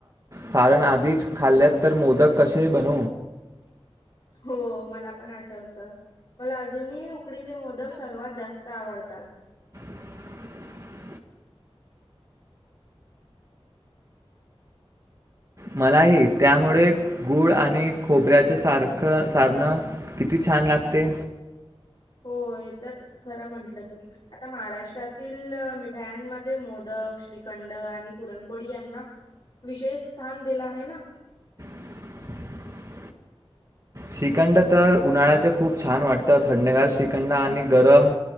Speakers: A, on the right (about 30°); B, on the left (about 50°).
A: सारण आधीच खाल्ल्यात तर मोदक कसे बन
B: हो मला पण आठवत. मला अजूनही उकडीचे मोदक सर्वात जास्त आवडतात.
A: <unintelligible> मलाही त्यामुळे गुळ आणि खोबऱ्याच सारख सारणं किती छान लागते.
B: हो हे तर खरं म्हंटलं तू आता महाराष्ट्रातील मिठायांमध्ये मोदक श्रीखंड आणि पुरणपोळी यांना विशेष स्थान दिलं आहे ना.
A: <unintelligible> श्रीखंड तर उन्हाळ्याच खूप छान वाटत थंडेगार श्रीखंड आणि गरम